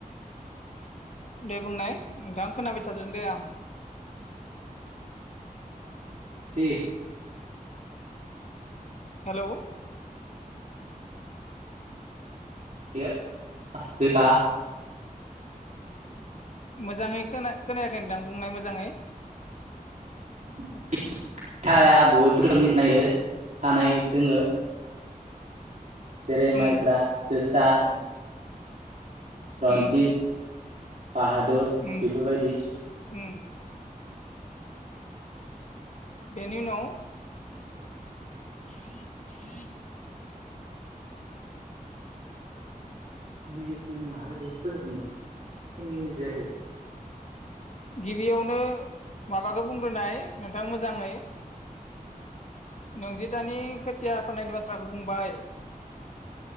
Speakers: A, on the left; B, on the right.
A: दे बुंनाय नोंथां खोनाबाय थादों दे आं।
B: थे
A: हेलौ।
B: <unintelligible> जोसा
A: मोजाङै खोना-खोनायाखै नोंथां बुंनाय मोजाङै।
B: <unintelligible> बहुद रोखोमनि <unintelligible> थानाय दोङो जेरै माइब्रा
A: उम
B: जोसा रन्जित
A: उम
B: बाहादुर
A: उम
B: बेफोरबायदि।
A: उम। बेनि उनाव <inaudible>
B: मिनिट मानि माबायदि फोजोबनो टेन मिनिट जायाखै।
A: गिबियावनो माबाखो बुंग्रोनाय नोंथां मोजाङै। नोंदि दानि खोथिया फोननायनि बाथ्राखौ बुंबाय।